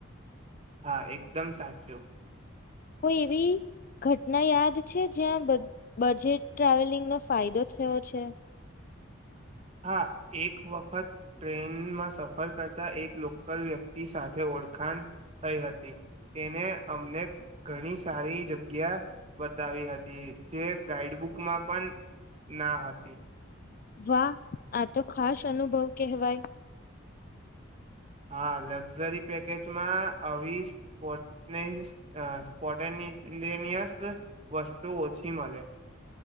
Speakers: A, on the right (about 30°); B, on the left (about 45°).
A: હા એકદમ સાચું.
B: કોઈ એવી ઘટના યાદ છે, જ્યાં બ બજેટ ટ્રાવેલિંગનો ફાયદો થયો છે.
A: હા, એક વખત ટ્રેનમાં સફર કરતા એક લોકલ વ્યક્તિ સાથે ઓળખાણ થઈ હતી, તેને અમને ઘણી સારી જગ્યા બતાવી હતી જે ગાઈડબુકમાં પણ ના હતી.
B: વાહ! આ તો ખાસ અનુભવ કેહવાય.
A: હા, લક્ઝરી પેકેજમાં આવી સ્પોટનેશ અ સ્પોટેલેનિયસ વસ્તુ ઓછી મળે.